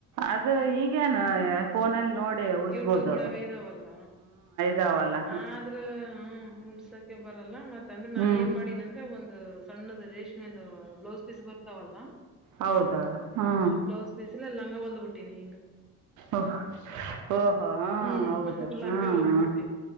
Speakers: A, on the right; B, in the centre.
A: ಅದು ಹೀಗೇನು
B: ಹ್ಮ್
A: ಫೋನಲ್ಲಿ ನೋಡಿಸಬಹುದು
B: ಯೂಟ್ಯೂಬ್ನಾಗ ಇದಾವಲ್ಲ
A: ಜಾವಲ್ಲ
B: ಆದ್ರ ಹ ಉಡ್ಸಕೆ ಬರಲ್ಲ ಮತ್ತ ಅಂದ್ರೆ
A: ಹ್ಞೂ
B: ನಾನ ಏನ್ ಮಾಡೀಂದ ಒಂದು ಸಣ್ಣದ ರೇಷ್ಮೆದ ಬ್ಲೌಸ್ ಪೀಸ್ ಬರ್ತಾವಲ್ಲ
A: ಹೌದಾ ಹ್ಞೂ
B: ಬ್ಲೌಸ್ ಪೀಸಲ್ಲಿ ಲಂಗ ಹೊಡೆದು ಬಿಟ್ಟಿನಿ
A: ಓಹ್ ಓಹೋ ಹಾಂ
B: ಹ್ಮ್
A: ಹೌದು
B: ಲಂಗ
A: ಹಾಂ
B: ಒಲ್ದ
A: ಹಾಂ
B: ಬಿಟ್ಟೀ